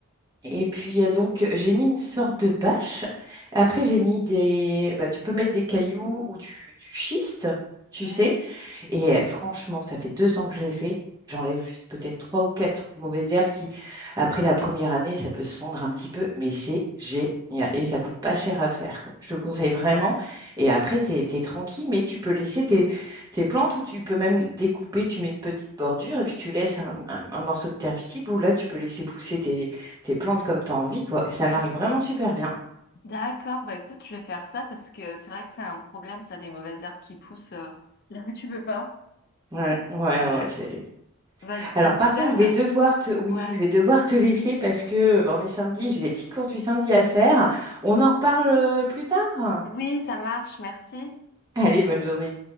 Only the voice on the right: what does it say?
et puis, euh, donc, j'ai mis une sorte de bâche. Après, j'ai mis des, bah, tu peux mettre des cailloux ou du, du schiste, tu
sais. Et euh, franchement, ça fait deux ans que je l'ai fait. J'enlève juste peut-être trois ou quatre mauvaises herbes qui, après la première année, ça peut se fondre un petit peu, mais c'est génial. Et ça coûte pas cher à faire, quoi. Je te conseille vraiment.
Et après, tu es, tranquille, mais tu peux laisser tes, tes plantes ou tu peux même découper, tu mets une petite bordure et puis tu laisses un, un- un morceau de terre visible où là, tu peux laisser pousser tes, tes plantes comme tu as envie, quoi. Et ça
marche vraiment super bien.
Ouais, ouais,
ouais, c'est
Alors
par contre, je vais devoir te, oui,
je vais devoir te laisser parce que ben, on est samedi, j'ai les petits cours du samedi à faire. On en reparle euh, plus tard.
Allez, bonne journée.